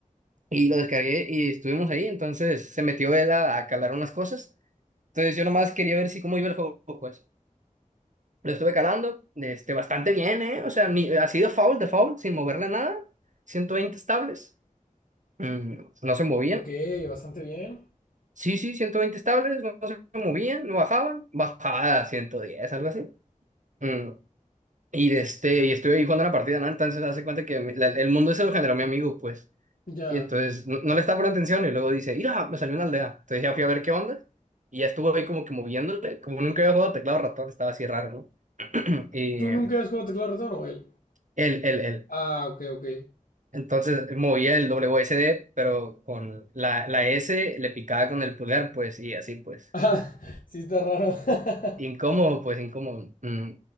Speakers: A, on the right (about 65°); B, on the left (about 85°).
A: y lo descargué y estuvimos ahí, entonces se metió él a, a calar unas cosas. Entonces yo nomás quería ver si cómo iba el juego, pues. Lo estuve calando, este, bastante bien, ¿eh? O sea, ni, así de foul, de foul, sin moverle nada, 120 estables. Mm, no se movían.
B: Ok, bastante bien.
A: Sí, sí, 120 estables, no se movían, no bajaban. bajaba a 110 algo así. Mm, Y, de este, y estuve ahí jugando la partida, ¿no? Entonces hace cuenta que mi- la- el mundo ese lo generó mi amigo, pues.
B: Ya.
A: Y entonces no, no le estaba poniendo atención y luego dice, mira, me salió una aldea. Entonces ya fui a ver qué onda. Y ya estuvo ahí como que moviéndole, como nunca había jugado teclado ratón, estaba así raro, ¿no? Y
B: ¿Tú
A: él,
B: nunca has jugado teclado ratón o él?
A: él, él.
B: Ah, ok, ok.
A: Entonces movía el W s d pero con la, la S le picaba con el pulgar, pues, y así, pues.
B: Ah, <laughs> sí está raro. <laughs>
A: Incómodo, pues incómodo. Mm.